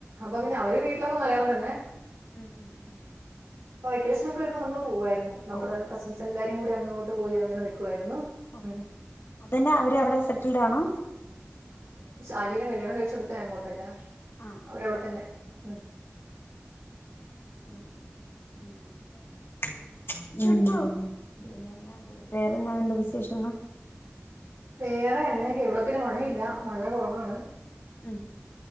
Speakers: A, on the right; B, on the left.
A: അപ്പൊ
B: ആ
A: പിന്നെ അവര് വീട്ടിലൊക്കെ മലയാളം തന്നെ
B: ഉം ഉം ഉം
A: അപ്പ വെക്കേഷനൊക്കെ വരുമ്പോ നമ്മള് പോവാരുന്നു നമ്മള്
B: ഓ
A: കസിൻസ് എല്ലാരും കൂടി അങ്ങോട്ട് പോയി അങ്ങനെ നിക്കുവായിരുന്നു
B: ഓഓ
A: ഉം
B: അതന്നെ അവര് അവിടെ സെറ്റിൽഡ് ആണോ
A: ആന്റിനെ കല്യാണം കഴിച്ച കൊടുത്തെ അങ്ങോട്ടഞ
B: ആ
A: അവരവിടെത്തന്നെ ഉ
B: ഉ ഉം <inaudible> പിന്നെ വേറെന്താ ഉണ്ട് വിശേഷമ്ന്
A: വേറെ എങ്ങനെയൊക്കെ ഇവിട പിന്നെ മഴയില്ല മഴ കുറവാണ്
B: ഉം